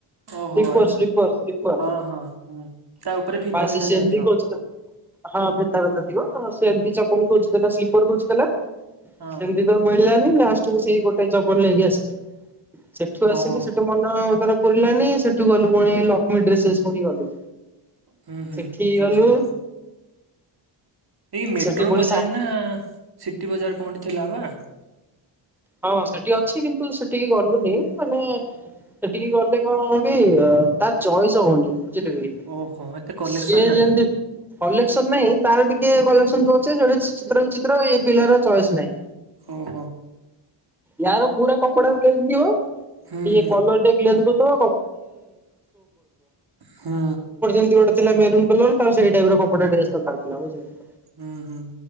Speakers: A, on the right; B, in the centre.
A: ଓହୋ
B: ସ୍ଲିପର୍
A: ଆଚ୍ଛା
B: ସ୍ଲିପର୍ ସ୍ଲିପର୍
A: ହଁ ହଁ ହୁଁ। ତା ଉପରେ ଫିତା
B: ବାସ୍
A: ଫିତା
B: ସେମ୍
A: ଯାଇଥିବ
B: ତି କହୁଚି ତ। ହଁ ଫେତା ଫେତା ଥିବ ସେମ୍ ତି ଚପଲ ଖୋଜୁଥିଲା ସ୍ଲିପର୍ ଖୋଜୁଥିଲା
A: ହଁ
B: ସେମ୍ ତି ତ ମିଳିଲାନି ଲାଷ୍ଟ୍ କୁୁ ସେଇ ଗୋଟେ ଚପଲ ନେଇକି ଆସିଲା ସେଠୁ ଆସିକି
A: ଓହୋ
B: ସେଠୁ ମନ ତାର ପରିଲାନି, ସେଠୁ ଗଲୁ, ପୁଣି ଲକ୍ଷ୍ମୀ ଡ୍ରେସେସ୍ ପୁଣି ଗଲୁ।
A: ହୁଁ ହୁଁ,
B: ସେଠି ଗଲୁ
A: ଆଚ୍ଛା ‌। ଏଇ ମେଟ୍ରୋ
B: ସେଠି ପୁଣି
A: ବଜାର
B: ସା
A: ନା ସିଟି ବଜାର, କଣଟେ ଥିଲା ବା?
B: ହଁ, ସେଠି ଅଛି, କିନ୍ତୁ ସେଠିକି ଗଲୁନି। ମାନେ, ସେଠିକି ଗଲେ କଣ? <unintelligible> ତାର ଚଏସ ହଉନି, ବୁଝିଲେ କି?
A: ଓହୋ, ଏତେ କଲେକ୍ସନ
B: ସିଏ
A: ନାହିଁ।
B: ଯେମିତି କଲେକ୍ସନ ନାହିଁ। ତାର ଟିକେ କଲେକ୍ସନ ଯୋଉ ଅଛି, ସେଟି ଚିତ୍ର ବିଚିତ୍ର। ଏ ପିଲାର ଚଏସ୍ ନାହିଁ।
A: ହଉ, ହୋ।
B: ୟାର ପୁରା କପଡାର ପ୍ଲେନ ଥିବ,
A: ହୁଁ
B: ଟିକେ
A: ହୁଁ
B: କଲର ଟେ ଗ୍ଲେଜ କରୁଥିବ।
A: ହୁଁ
B: <unintelligible> ଥିଲା ମେରୁନ୍ କଲର ସେଇ ଟାଇପ୍ ର। କପଡ଼ାର ଡ୍ରେସ ଦରକାର ଥିଲା, ବୁଝିଲ ତାପରେ?
A: ହୁଁ ହୁଁ।